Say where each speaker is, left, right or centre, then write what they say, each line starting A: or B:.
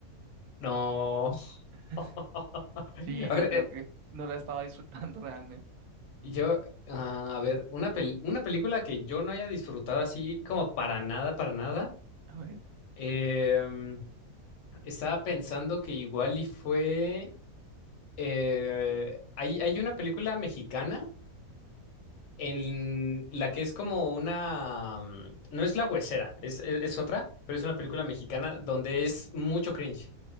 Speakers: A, on the left; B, on the right.
A: No.
B: <laughs>
A: <laughs>
B: Sí,
A: A
B: yo
A: ver,
B: creo
A: eh,
B: que no la estaba disfrutando <laughs> realmente.
A: Yo, ah, a ver, una, pel- una película que yo no haya disfrutado así como para nada, para nada.
B: A ver,
A: em, estaba pensando que igual y fue... eh, hay, hay una película mexicana en la que es como una... mm, No es La Huesera, es, es, es otra, pero es una película
B: o-
A: mexicana donde es mucho cringe.